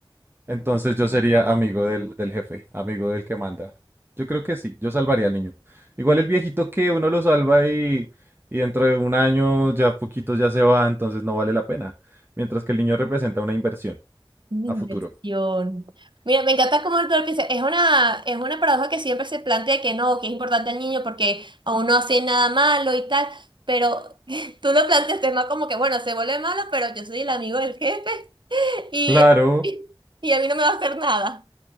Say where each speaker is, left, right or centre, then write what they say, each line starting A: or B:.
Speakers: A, on the right; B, on the right.
A: Entonces yo sería amigo del, del jefe, amigo del que manda. Yo creo que sí, yo salvaría al niño. Igual el viejito que uno lo salva y, y dentro de un año ya poquitos ya se va, entonces no vale la pena. Mientras que el niño representa una inversión
B: Una
A: a
B: inversión.
A: futuro.
B: Mira, me encanta cómo tú lo piensas. Es una, es una paradoja que siempre se plantea que no, que es importante al niño porque aún no hace nada malo y tal, pero <laughs> tú lo planteas más como que, bueno, se vuelve malo, pero yo soy el amigo del jefe y,
A: Claro,
B: y a mí no me va a hacer nada.